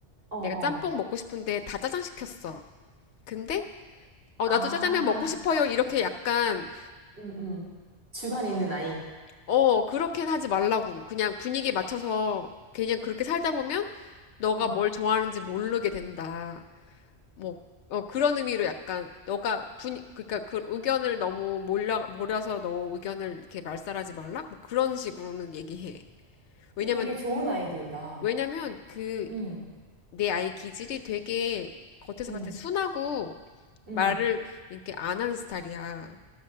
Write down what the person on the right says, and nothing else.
어, 어.
아,
응, 응. 주관 있는 아이.
어.
그거 되게 좋은 아이디어다.
응,
응,
응.